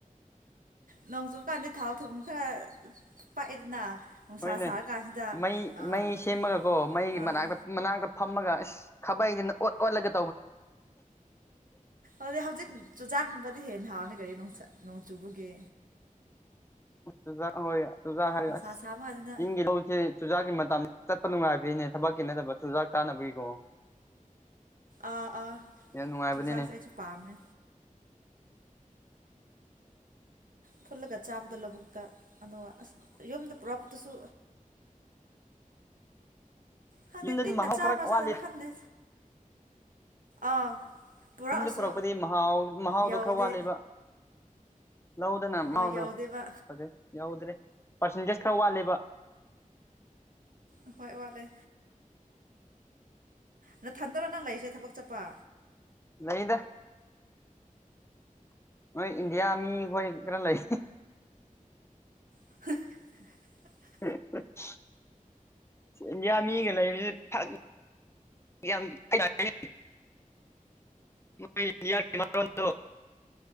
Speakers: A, on the right; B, on the left.
A: ꯅꯣꯡꯆꯨꯕ ꯀꯥꯟꯗ ꯊꯥꯎ ꯊꯨꯝ ꯈꯔ ꯄꯥꯛꯑꯦꯗꯅ ꯅꯨꯡꯁꯥ
B: ꯍꯣꯏꯅꯦ
A: ꯁꯥꯔꯀꯥꯟꯁꯤꯗ
B: ꯃꯩ
A: ꯑꯥ
B: ꯃꯩ ꯁꯦꯝꯃꯒꯀꯣ ꯃꯩ
A: ꯑꯥ
B: ꯃꯅꯥꯛꯇ ꯃꯅꯥꯛꯇ ꯐꯝꯃꯒ ꯑꯁ ꯈꯥꯕꯩꯖꯤꯅ ꯑꯣꯠ ꯑꯣꯜꯂꯒ
A: ꯑꯗꯨ ꯍꯧꯖꯤꯛ ꯆꯨꯖꯥꯛ ꯅꯨꯡꯕꯗꯤ ꯍꯦꯟꯅ ꯍꯥꯎꯅꯤ ꯀꯔꯤ ꯅꯣꯡ ꯆꯥ ꯅꯣꯡ ꯆꯨꯕꯒꯤ
B: ꯆꯨꯖꯥꯛ ꯍꯣꯏ ꯁꯨꯖꯥꯛ ꯍꯥꯏꯔꯒ
A: ꯅꯨꯡꯁꯥ
B: ꯑꯁ
A: ꯁꯥꯕ ꯀꯥꯟꯁꯤꯗ
B: ꯆꯤꯡꯒꯤ ꯂꯧꯁꯦ ꯆꯨꯖꯥꯛꯀꯤ ꯃꯇꯝ ꯆꯠꯄ ꯅꯨꯡꯉꯥꯏꯕꯅꯤ ꯊꯕꯛꯀꯤ ꯅꯠꯇꯕ ꯆꯨꯖꯥꯛ ꯆꯥꯅꯕꯒꯤꯀꯣ
A: ꯑꯥ ꯑꯥ
B: ꯌꯥꯝ ꯅꯨꯡꯉꯥꯏꯕꯅꯤꯅꯦ
A: ꯆꯨꯖꯥꯛꯁꯦ ꯑꯩꯁꯨ ꯄꯥꯝꯃꯦ ꯐꯨꯠꯂꯒ ꯆꯥꯕꯗꯣ ꯂꯧꯕꯨꯛꯇ ꯑꯗꯨꯒ ꯑꯁ ꯌꯨꯝꯗ ꯄꯨꯔꯛꯄꯗꯨꯁꯨ ꯈꯪꯗꯦ
B: ꯌꯨꯝꯗꯗꯤ
A: ꯇꯤꯟꯅ
B: ꯃꯍꯥꯎ
A: ꯆꯥꯕ꯭ꯔꯥ
B: ꯈꯔ ꯋꯥꯠꯂꯤ
A: ꯆꯥꯗꯕ꯭ꯔꯥ ꯈꯪꯗꯦ ꯑꯥ ꯄꯨꯔꯛꯑꯁꯨ
B: ꯌꯨꯝꯗ ꯄꯨꯔꯛꯄꯗꯤ ꯃꯍꯥꯎ ꯃꯍꯥꯎꯗꯣ
A: ꯌꯧꯗꯦ
B: ꯈꯔ ꯋꯥꯠꯂꯦꯕ ꯂꯧꯗꯅ
A: ꯑꯥ
B: ꯃꯥꯎꯗꯣ
A: ꯌꯧꯗꯦꯕ
B: ꯐꯖꯩ ꯌꯧꯗ꯭ꯔꯦ ꯄꯥꯔꯁꯦꯟꯇꯦꯖ ꯈꯔ ꯋꯥꯠꯂꯦꯕ
A: ꯑꯍꯣꯏ ꯋꯥꯠꯂꯦ ꯅꯊꯟꯗꯔꯣ ꯅꯪ ꯂꯩꯔꯤꯁꯦ ꯊꯕꯛ ꯆꯠꯄ
B: ꯂꯩꯗ ꯅꯣꯏ ꯏꯟꯗꯤꯌꯥ ꯃꯤ ꯈꯣꯏ ꯈꯔ ꯂꯩ
A: <inaudible>
B: <inaudible> ꯏꯟꯗꯤꯌꯥ ꯃꯤꯒ ꯂꯩꯕꯁꯤ ꯐꯒꯤ ꯌꯥꯝ ꯇꯥꯌꯦ ꯃꯣꯏ <unintelligible> ꯃꯔꯣꯟꯗꯣ